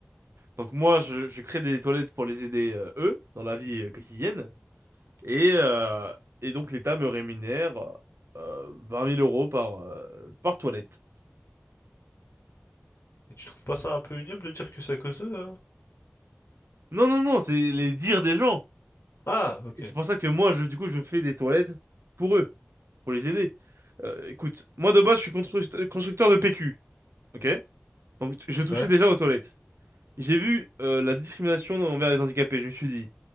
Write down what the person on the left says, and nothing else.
Et tu trouves pas ça un peu ignoble de dire que c'est à cause d'eux? hein
Ah, ok.
Ouais.